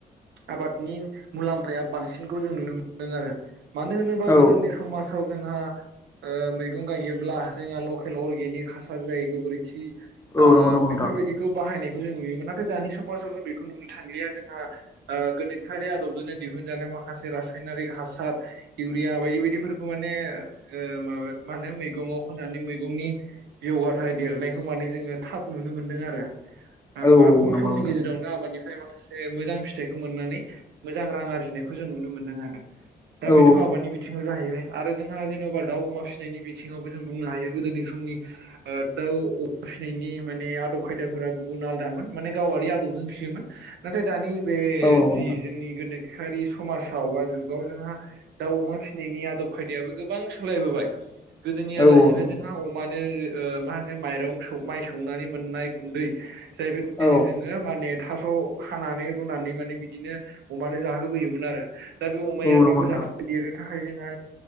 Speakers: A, on the right; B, on the left.
A: आबादनि मुलाम्फाया बांसिनखौ जों नुनो मोनदों आरो। मानो होनोबा
B: औ
A: गोदोनि समाजाव जोंहा ओ मैगं गायोब्ला जोंहा लकेल अर्गेनिक हासार जायो। गोबोरखि ओ
B: औ नंगौ नंगौ नोंथां
A: बेफोरबायदिखौ बाहायनाय जों नुयोमोन नाथाय दानि समाजाव जों बेखौ नुनो थांलिया जोंहा ओ गोनोखोआरि आदबजोंनो दिहुनजानाय माखासे रासायनारिक हासार इउरिया बायदि बायदिफोरखौ माने ने ओ मानो मैगं आव होननानै मैगंनि जौगाथाय देरनायखौ माने जों थाब नुनो मोनदों आरो
B: औ
A: बा खम
B: औ नंगौ
A: समनि
B: नोंथां
A: गेजेरावनो आबादनिफ्राय माखासे मोजां फिथाइ मोननानै मोजां रां आरजिनायखौ जों नुनो मोनदों आरो दा
B: औ
A: बेथ' आबादनि बिथिङाव जाहैबाय आरो जोंहा जेन'बा दाउ अमा फिसिनायनि बिथिङावबो जों बुंनो हायो गोदोनि समनि ओ दाउ फिसिनायनि माने आदब खायदाफोरा गुबुन आलदामोन माने गावारि आदबजों फिसियोमोन नाथाय दानि बे
B: औ नंगौ
A: जि
B: नोंथां
A: जोंनि गोनो खोआरि समाजाव बा जुगाव जोंहा दाउ अमा फिसिनायनि आदब खायदायाबो गोबां सोलायबोबाय गोदोनिया
B: औ
A: जाहैबाय
B: नंगौ नोंथां
A: जोंहा अमानो ओ मा होनो माइरं माइ सौनानै मोननाय गुन्दै जाय बे गुन्दैजों
B: औ
A: जोङो माने थास' हानानै रुनानै माने बिदिनो अमानो जाहोबोयोमोन आरो दा बे अमाया
B: औ नंगौ
A: बेखौ
B: नोंथां
A: जानानै देरनो थाखाय जोंहा